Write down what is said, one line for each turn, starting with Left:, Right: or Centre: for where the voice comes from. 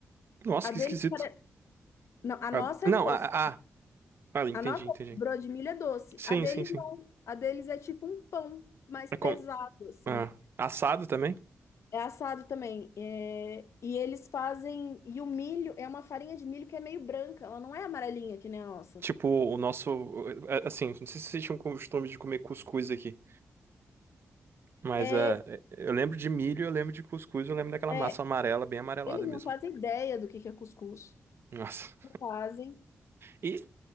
Right: Nossa,
Left: A
Right: que
Left: deles,
Right: esquisito.
Left: pare- não, a nossa
Right: Ah, Não,
Left: é doce.
Right: ah, ah, ah, entendi,
Left: A nossa
Right: entendi.
Left: broa de milho é doce.
Right: Sim,
Left: A deles
Right: sim, sim.
Left: não. A deles é tipo um pão mais
Right: É
Left: pesado,
Right: como,
Left: assim.
Right: ah, assado também?
Left: É assado também. É, e eles fazem. E o milho é uma farinha de milho que é meio branca. Ela não é amarelinha que nem a nossa.
Right: Tipo, o nosso. eh, Assim, não sei se vocês tinham costume de comer cuscuz aqui, mas
Left: É,
Right: é, é, eu lembro de milho, eu lembro de cuscuz, eu lembro daquela
Left: é,
Right: massa amarela, bem amarelada
Left: eles não
Right: mesmo.
Left: fazem ideia do que que é cuscuz.
Right: Nossa.
Left: fazem.
Right: E,